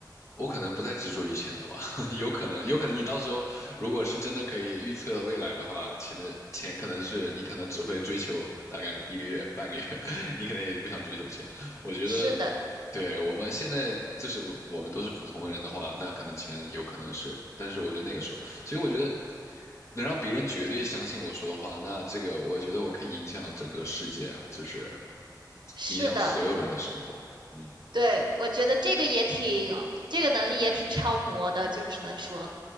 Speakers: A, on the left; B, on the right.
A: 我可能不再执着于钱了吧，<laughs> 有可能，有可能你到时候如果是真的可以预测未来的话，钱的钱可能是你可能只会追求大概一个月、半个月，<laughs> 你可能也不想追求钱。我觉得
B: 是的，
A: 对，我们现在就是我我们都是普通人的话，那可能钱有可能是，但是我觉得那个时候，所以我觉得能让别人绝对相信我说的话，那这个我觉得我可以影响整个世界啊，就是
B: 是的。
A: 影响所有人的生活。嗯，
B: 对，我觉得这个也挺，这个能力也挺超模的，就只能说，